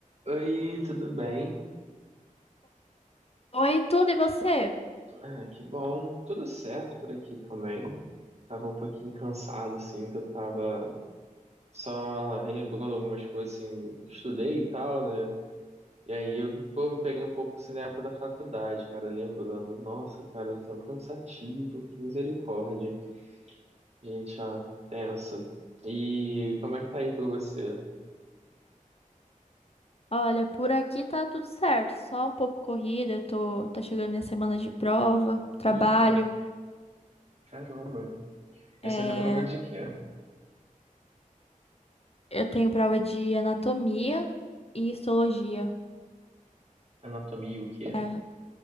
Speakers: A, on the right; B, on the left.
A: Oi, tudo bem?
B: Oi, tudo e você?
A: Ah, que bom. Tudo certo por aqui também. Tava um pouquinho cansado, assim, que eu tava só relembrando algumas coisas, assim, que estudei e tal, né? E aí eu, pô, me peguei um pouco, assim, da época da faculdade, cara, lembrando. Nossa, cara, eu tô cansativo, que misericórdia. Gente, ó, tenso. E como é que tá aí pra você?
B: Olha, por aqui tá tudo certo, só um pouco corrida, eu tô, tá chegando minha semana de prova, trabalho,
A: Eita, caramba.
B: é,
A: Essa vai ter prova de quê?
B: eu tenho prova de anatomia e histologia,
A: Anatomia e o quê?
B: é,